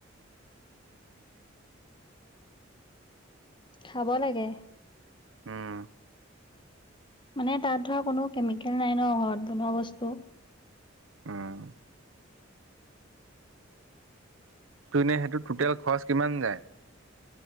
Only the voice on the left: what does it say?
খাব লাগে।
মানে তাত ধৰ কোনো কেমিকেল নাই ন' ঘৰত বনোৱা বস্তু।